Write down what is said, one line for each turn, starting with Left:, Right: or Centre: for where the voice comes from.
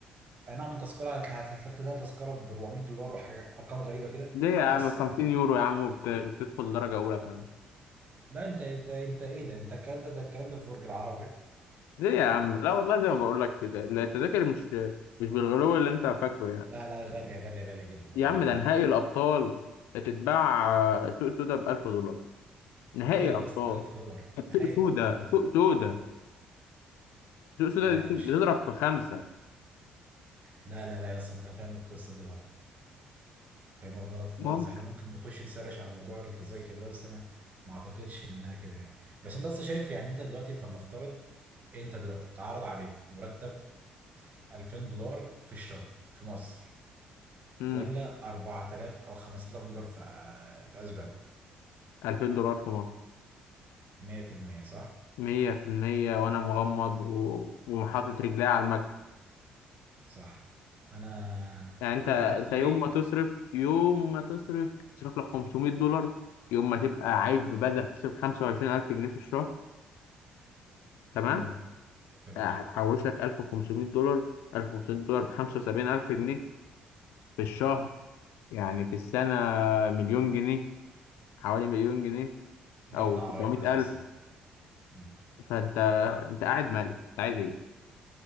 Right: أي نعم تذكرة هتل- هتل- هتلاقي تذكرة ب 400 دولار وحاجة أرقام غريبة كده
Left: ليه يا عم
Right: بس
Left: 50 يورو يا عم وبت... وبتدخل درجة أولى كمان
Right: لا أنت أنت أنت إيه ده أنت الكلام ده ده الكلام ده في برج العرب
Left: ليه يا عم لا والله زي ما بقول لك كده لا، التذاكر مش مش بالغلو اللي أنت فاكره يعني
Right: لا لا غالية غالية غالية جدا
Left: يا
Right: غالية
Left: عم
Right: جدا
Left: ده نهائي الأبطال هتتباع آه، سوق سودا ب 1000 دولار نهائي
Right: طيب
Left: أبطال
Right: يا اسطى 1000 دولار نهائي
Left: سوق سودا
Right: أبطال
Left: سوق سودا سوق سودا
Right: آه
Left: دي
Right: مش
Left: بتضرب في خمسة
Right: لا لا لا يا اسطى أنت فاهم القصة دي غلط فاهمها غلط خالص
Left: ممكن
Right: احنا ممكن نخش نسرش على موضوع التذاكر ده بس انا ما اعتقدش انها كده يعني بس انت اصلا شايف يعني انت دلوقتي فلنفترض انت دلوقتي اتعرض عليك مرتب في 2000 دولار في الشهر في مصر
Left: امم
Right: ولا 4000 او 5000 دولار في في اسبانيا
Left: 2000 دولار في مصر
Right: 100% صح
Left: مية في المية وأنا مغمض و... وحاطط رجلي على المكتب
Right: صح انا
Left: يعني أنت
Right: وجهة
Left: أنت
Right: نظري
Left: يوم ما تصرف يوم ما تصرف تصرف لك 500 دولار يوم ما تبقى عايش ببذل تصرف 25000 جنيه في الشهر تمام
Right: امم تمام
Left: آه، هتحوش لك 1500 دولار 1500 دولار ب 75000 جنيه في الشهر يعني في السنة مليون جنيه حوالي مليون جنيه
Right: جبت
Left: أو
Right: عربية
Left: 900000
Right: في اخر السنة امم
Left: فأنت أنت قاعد مالك أنت عايز إيه؟